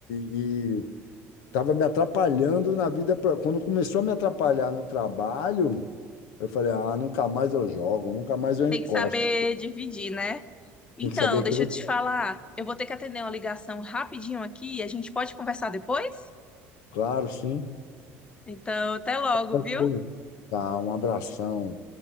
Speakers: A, on the left; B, on the left.
A: e estava me atrapalhando na vida. pra- Quando começou a me atrapalhar no trabalho, eu falei, ah, nunca mais eu jogo, nunca mais eu
B: Tem
A: encosto.
B: que saber dividir, né? Então,
A: Tem que saber aquele.
B: deixa eu te falar. Eu vou ter que atender uma ligação rapidinho aqui e a gente pode conversar depois?
A: Claro, sim.
B: Então, até logo,
A: Tranquilo.
B: viu?
A: Tá, um abração.